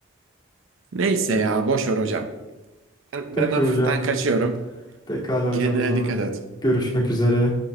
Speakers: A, on the right; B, on the left.
A: Neyse ya boş ver hocam. Ben,
B: peki
A: ben hafiften
B: hocam.
A: kaçıyorum.
B: Pekala hocam
A: Kendine
B: o zaman.
A: dikkat et.
B: Görüşmek üzere.